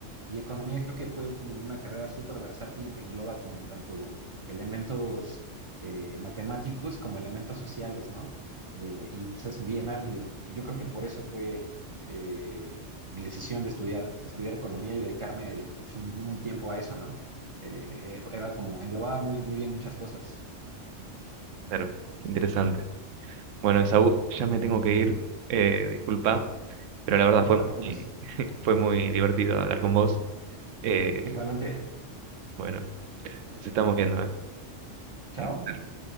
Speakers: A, on the right; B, on the right.
A: Y economía creo que fue como una carrera súper versátil que engloba como tanto elementos eh, matemáticos como elementos sociales, ¿no? Eh, y pues es bien amplio. Yo creo que por eso fue eh, mi decisión de estudiar, de estudiar economía y dedicarme pues, un, un tiempo a eso, ¿no? Eh, eh, era como, englobaba muy, muy bien muchas cosas.
B: Claro, interesante. Bueno, Esaú, ya me tengo que ir, eh, disculpa, pero la verdad fue,
A: No te preocupes.
B: muy- fue muy divertido hablar con vos. Eh,
A: Igualmente,
B: bueno, nos estamos viendo, ¿eh?
A: chao.
B: Un placer.